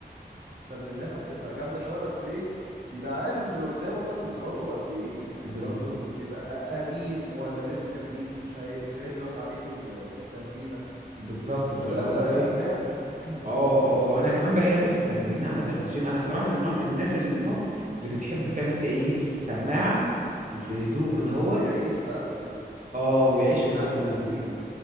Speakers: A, on the right; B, on the right.
A: تمريناتها بتبقى جامده شويه بس ايه بيبقى عارف اللي قدامه ده قدراته قد ايه يعني
B: بالظبط
A: برضو بيبقى قديم ولا لسه جديد مش هي... مش هيضغط عليه في ال... في التمرينه
B: بالظبط فاللي
A: فده
B: هو
A: ده
B: ايه
A: فهمان ده
B: اه
A: <clears throat>
B: اه انا كمان بحب في التمرين عامه في الجيم انا صراحه من نوع من الناس اللي من النوع اللي بتحب فاهم انت ايه يلبس السماعه وفي هدوء
A: ايوه
B: كده هوت
A: ويعيش بقى في ال...
B: اه ويعيش
A: يعيش
B: في
A: مع
B: التمرين
A: التمرينه